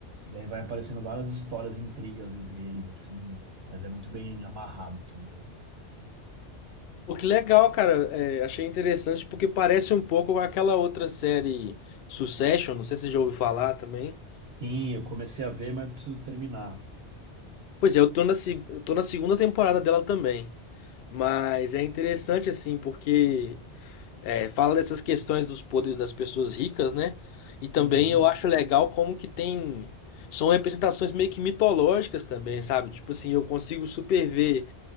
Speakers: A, on the right; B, on the left.
A: e aí vai aparecendo várias histórias, intrigas entre eles, assim, mas é muito bem amarrado tudo.
B: O que legal, cara. é, achei interessante porque parece um pouco aquela outra série Succession. Não sei se você já ouviu falar também.
A: Sim, eu comecei a ver, mas preciso terminar.
B: Pois é, eu tô na, se- eu tô na segunda temporada dela também. Mas é interessante, assim, porque é, fala dessas questões dos poderes das pessoas ricas, né? E também
A: Uhum.
B: eu acho legal como que tem. São representações meio que mitológicas também, sabe? Tipo assim, eu consigo superver